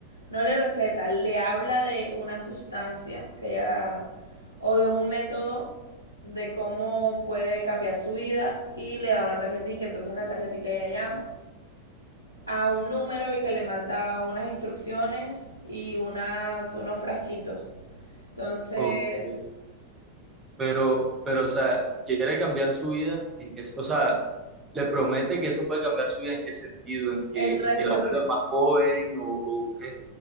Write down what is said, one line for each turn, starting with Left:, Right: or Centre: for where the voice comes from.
Left: no le receta, le habla de una sustancia que ella o de un método de cómo puede cambiar su vida y le da una tarjetita, entonces en la tarjetita ella llama a un número y que le manda unas instrucciones y unas, unos frasquitos. Entonces,
Right: ok. Pero, pero, o sea, quiere cambiar su vida en que, o sea, le promete que eso puede cambiar su vida en qué sentido, en que,
Left: en rejuvenecer,
Right: en que la vuelva más joven o, o qué.